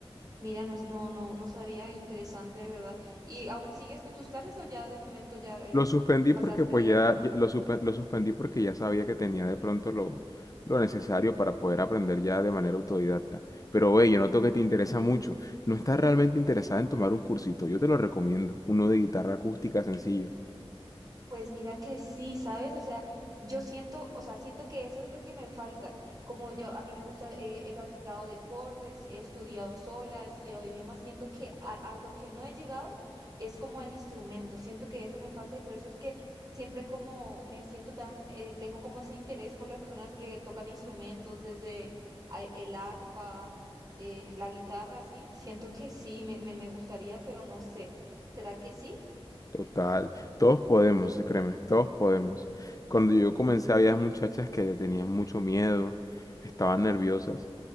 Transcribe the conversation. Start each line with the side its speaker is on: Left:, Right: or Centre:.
Right: Mira, no, no, no, no sabía. Interesante, de verdad. ¿Y aún sigues con tus clases o ya de momento ya eh,
Left: Lo suspendí
Right: pasaste
Left: porque pues
Right: de
Left: ya,
Right: extra?
Left: ya- lo, suspe- lo suspendí porque ya sabía que tenía de pronto lo, lo necesario para poder aprender ya de manera autodidacta. Pero ve, yo noto
Right: Claro.
Left: que te interesa mucho. No estás realmente interesada en tomar un cursito. Yo te lo recomiendo. Uno de guitarra acústica sencillo.
Right: Pues mira que sí, ¿sabes? O sea, yo siento, o sea, siento que eso es lo que me falta. Como yo, a mí me gusta, eh, he practicado deportes, he estudiado sola, he estudiado idiomas, siento que a, a lo que no he llegado es como al instrumento, siento que eso me falta y por eso es que siempre como me siento tan, eh, tengo como ese interés por las personas que tocan instrumentos, desde a- el arpa, eh, la guitarra, sí, siento que sí, me, me, me gustaría, pero no sé, ¿será que sí?
Left: Total. Todos podemos, créeme. Todos podemos. Cuando yo comencé había muchachas que le tenían mucho miedo, estaban nerviosas.